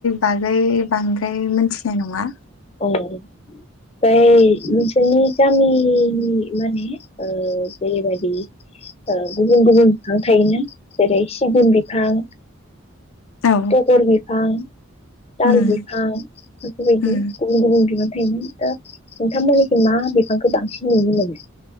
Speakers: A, on the left; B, on the left.
A: बागै बांद्राय मोनथिनाय नङा।
B: औ ओमफ्राय नोंसोरनि गामि माने ओ जेरैबायदि ओ गुबुन गुबुन बिफां थायोना जेरै सिगुन बिफां
A: औ
B: तगर बि ओं। ताल
A: उम
B: बिफां बेफोरबायदि
A: उम
B: <unintelligible> नोंथांमोनिखै मा बिफांखौ बांसिन नुनो मोनो